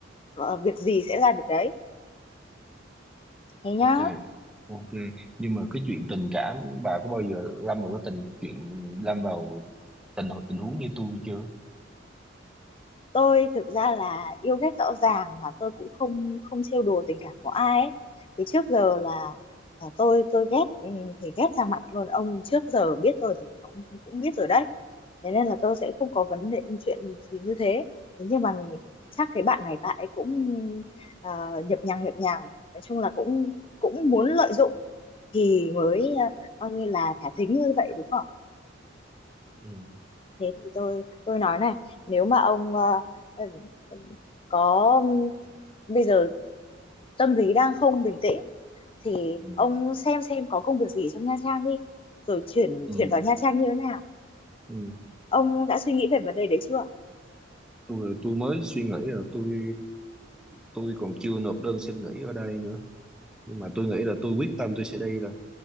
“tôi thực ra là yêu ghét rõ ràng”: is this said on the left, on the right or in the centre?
Left